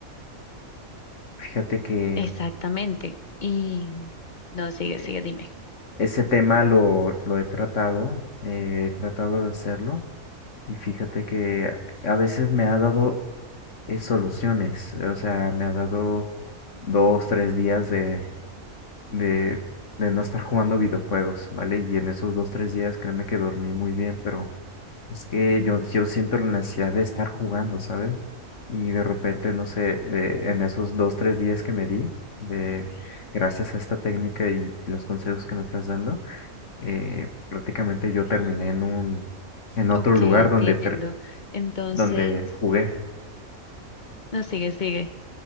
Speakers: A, on the left; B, on the left.
A: Fíjate que
B: Exactamente. Y no, sigue,
A: eh,
B: sigue, dime.
A: ese tema lo, lo he tratado, eh, he tratado de hacerlo Y fíjate que a veces me ha dado eh, soluciones, eh, o sea, me ha dado dos, tres días de, de, de no estar jugando videojuegos, ¿vale? Y en esos dos, tres días créeme que dormí muy bien, pero es que yo, yo siento la necesidad de estar jugando, ¿sabes? Y de repente, no sé, eh, en esos dos, tres días que me di, de, gracias a esta técnica y los consejos que me estás dando, eh, prácticamente yo terminé en un, en otro
B: Ok,
A: lugar
B: entiendo.
A: donde, ter-
B: Entonces,
A: donde jugué.
B: no, sigue, sigue.